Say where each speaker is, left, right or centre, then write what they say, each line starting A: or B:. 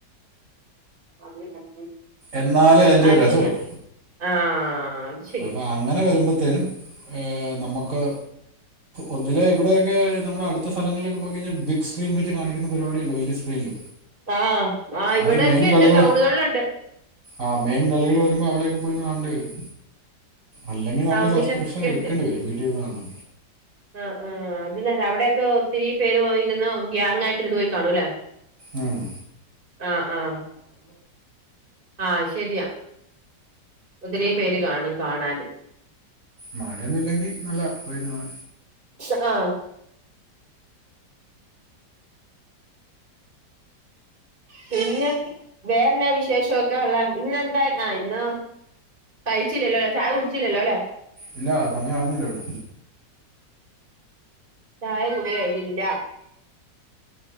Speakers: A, on the right; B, on the right.
A: <unintelligible>
B: എന്നാലേ അതിന്റെ
A: അത്
B: ഒരു രസവുള്ളു
A: ശരിയാ ആഹ് അത് ശരിയാ
B: അപ്പോ അങ്ങനെ വരുമ്പോ ത്തേരും നമുക്ക് ഒന്നില് ഇവിടെയൊക്കെ നമ്മുടെ അടുത്ത സ്ഥലങ്ങളിലൊക്കെ പോയിക്കഴിഞ്ഞാൽ ബിഗ് സ്ക്രീൻ വെച്ച് കാണിക്കുന്ന പരിപാടിയുണ്ട് വലിയ സ്ക്രീനിൽ
A: ആ ആ ഇവിടെക്കെണ്ട്
B: അത് മെയിൻ കളികൾ
A: ടൗണുകളിലുണ്ട്
B: ആ മെയിൻ കളികൾ വരുമ്പോ അവിടെയൊക്കെ പോയി കാണേണ്ടി വരും അല്ലെങ്കിൽമ്മള്
A: ടൗണിലൊക്കെയുണ്ട്
B: സസ്ക്രിഷൻ എടുക്കണ്ടി വരും വീട്ടിലിരുന്ന് കാ
A: ആ ആ അത് നേരാ അവിടെക്കെ ഒത്തിരി പേര് പോ ഇരുന്ന് ഗ്യാങ്ങയിട്ട് ഇരുന്ന് പോയി കാണൂല്ലേ
B: ഉം.
A: ആ ആ ആ ശരിയാ ഒത്തിരി പേര് കാണും കാണാന്
B: മഴയൊന്നും ഇല്ലെങ്കിൽ നല്ല പോയിത് കാണ
A: ആ പിന്നെ വേറെന്നാ വിശേഷമൊക്കെ ഉള്ള ഇന്നെന്താ ആ ഇന്ന് കഴിച്ചില്ലല്ലോല്ലോ ചായ കുടിച്ചില്ലല്ലോ അല്ലേ
B: ഇല്ല സമയവുന്നില്ലേള്ളു
A: ചായ കൂടി കഴിന്നിട്ടില്ല